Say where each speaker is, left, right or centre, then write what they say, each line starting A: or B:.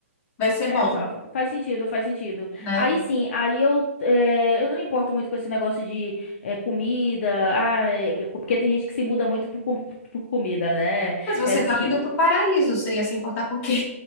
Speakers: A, on the left; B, on the left.
A: Vai ser
B: é,
A: bom,
B: fa- faz sentido, faz sentido.
A: né?
B: Aí sim, aí eu, é, eu não me importo muito com esse negócio de é, comida, ah, é, que- porque tem gente que se muda muito por, com- por comida, né?
A: Mas você
B: É, se,
A: tá vindo pro paraíso, você ia se importar com o quê?